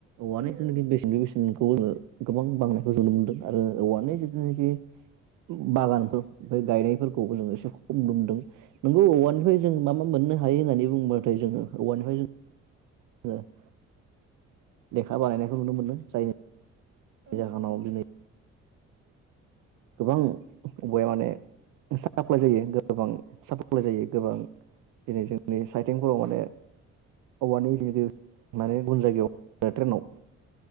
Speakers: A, on the right; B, on the right.
A: औवनो
B: नंगौ
A: जोंनि बेसेननि बेसेन खौ गोबां बांनायखौ नुनो मोनदों आरो औवानि जिथुनाखि बागानफोर ओमफ्राय गायनायफोरखौबो जों एसे खम नुमदों। नोंगौ औवानिफ्राय जों मा मा मोननो हायो होननानै बा बुंङोबाथाय जोङो औवानि <unintelligible> लेखा बानायनायखौ नुनो मोनो जायनि
B: औ
A: जाहोनाव
B: औ नंगौ
A: दिनै
B: दा
A: गोबां औवाया माने <unintelligible> दिनै जोंनि साइथिंफोराव माने औवानि जेखि माने गुबुन जायगायाव ट्रेनाव